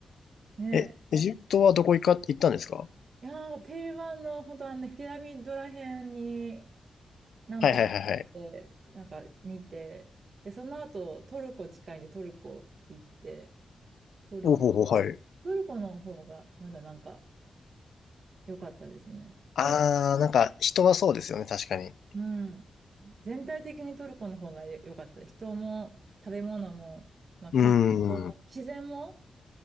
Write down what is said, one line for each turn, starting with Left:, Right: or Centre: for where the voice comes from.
Right: ね。
Left: え、エジプトはどこ行か、行ったんですか
Right: いやー、定番の、本当あのね、ピラミッドらへんに何泊かあって、
Left: はいはいはいはい。
Right: なんか見て、で、その後、トルコ近いんでトルコ行って、トル、
Left: おほほ、はい。
Right: トルコの方がまだなんか良かったですね。トル
Left: あー、なんか人はそうですよね、確かに。
Right: うん。全体的にトルコの方が良かったです。人も食べ物も、まあ、観光自然も、
Left: うーん。